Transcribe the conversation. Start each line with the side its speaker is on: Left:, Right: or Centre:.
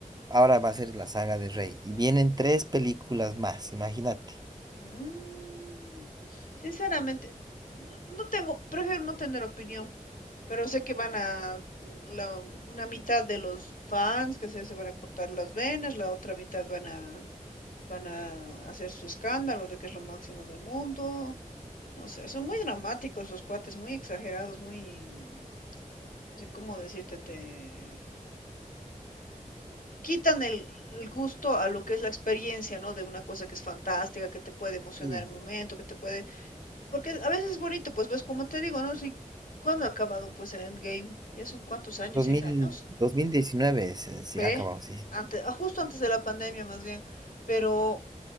Right: Ahora va a ser la saga de Rey. Y vienen tres películas más, imagínate.
Left: Mm, sinceramente, no, no tengo, prefiero no tener opinión, pero sé que van a, la- una mitad de los fans que se, se van a cortar las venas, la otra mitad van a, van a hacer su escándalo de que es lo máximo del mundo. No sé, son muy dramáticos esos cuates, muy exagerados, muy... mm, No sé cómo decirte, te... Quitan el, el gusto a lo que es la experiencia, ¿no? De una cosa que es fantástica, que te puede emocionar
Right: Sí.
Left: en el momento, que te puede... Porque a veces es bonito, pues ves, como te digo, ¿no? Si, ¿Cuándo ha acabado pues el Endgame? ¿Ya son cuántos años?
Right: 2000,
Left: ¿Seis años?
Right: 2019 se, se
Left: Ve,
Right: acabó, sí.
Left: antes, ah, justo antes de la pandemia más bien, pero